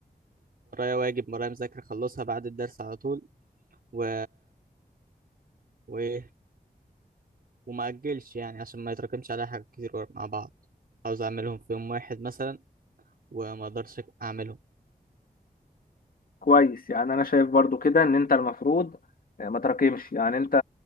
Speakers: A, on the right; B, on the left.
A: واجب ورايا مذاكرة أخلصها بعد الدرس على طول و... وإيه وما أجلش يعني عشان ما يتراكمش عليا حاجات كتير ورا- مع بعض عاوز أعملهم في يوم واحد مثلا وما أقدرش أعملهم
B: كويس يعني انا شايف برضو كده ان انت المفروض آه، ما تراكمش يعني انت